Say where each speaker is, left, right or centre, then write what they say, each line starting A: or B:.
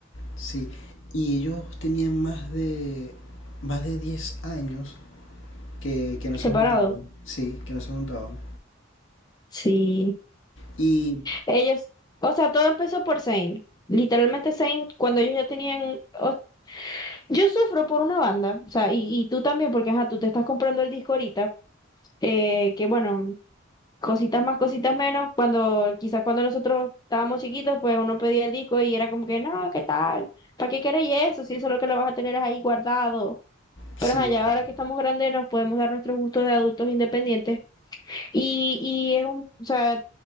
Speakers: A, on the left (about 70°); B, on the left (about 20°).
A: Sí, y ellos tenían más de, más de 10 años Que, que no se
B: separados.
A: juntaban. Sí, que no se juntaban.
B: Sí,
A: Y
B: ellos, o sea, todo empezó por Zayn. Literalmente Zayn, cuando ellos ya tenían o- Yo sufro por una banda, o sea, y, y tú también, porque ajá, tú te estás comprando el disco ahorita, eh, que bueno, cositas más, cositas menos, cuando quizás cuando nosotros estábamos chiquitos, pues uno pedía el disco y era como que, no, ¿qué tal? ¿Para qué queréis eso? Si eso es lo que lo vas a tener ahí guardado.
A: sí,
B: Pero ajá,
A: exacto.
B: ya ahora que estamos grandes nos podemos dar nuestros gustos de adultos independientes. Y, y es un, o sea,